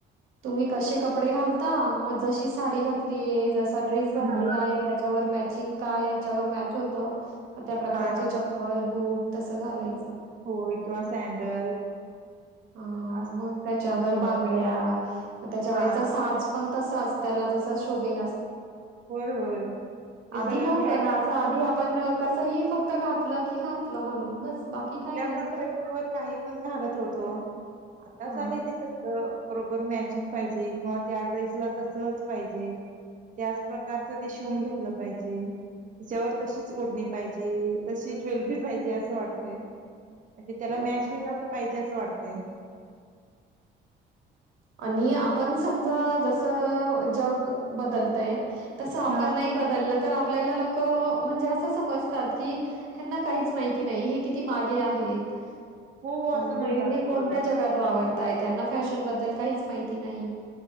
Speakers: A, on the right; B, on the right.
A: तुम्ही कसे कपडे घालता मग जशी साडी घात घली जसा ड्रेस घातलेला
B: हो.
A: आहे त्याच्यावर मॅचिंग काय याच्यावर मॅच होत मग त्या प्रकारचे
B: हा
A: चप्पल बूट तसं घालायचं
B: होय किंवा सँडल
A: अ
B: असतात
A: मग त्याच्यावर
B: होय होय
A: बांगड्या म त्याच्यावरचा
B: हा
A: साज पण त त्याला ज शोे
B: होय होय ते
A: आध
B: सगळं
A: नवत
B: घ्यायला
A: आध
B: पण
A: आपण कसही फक्त घातलं की घातलं म्हणून बस बाकी
B: कुठल्या
A: काही नाही
B: पण ड्रेस वर काही पण घालत होतो आता
A: हां,
B: चालय ते सगळं बरोबर मॅचिंग पाहिजे किंवा त्या ड्रेसला तसच पाहिजे त्याच प्रकारचं ते शिवून घेतलं पाहिजे हेच्यावर तशीच ओढणी पाहिजे तशी ज्वेलरी पाहिजे असं वाटतंय म्हणजे त्याला
A: मग
B: मॅच होईल असं पाहिजे असं वाटतंय
A: आणि पण समजा जस जग बदलतंय तस आपण
B: हा
A: नाही बदलं तर आपल्याला लोक म्हणजे असं समजतात की हेनां काही माहिती नाही हे किती मागे आहेत
B: हो हो
A: म्हणजे
B: असं म्हणतात
A: हे कोणत्या
B: होय.
A: जगात वावर त्यांना फॅशन बद्दल काहीच माहिती नाही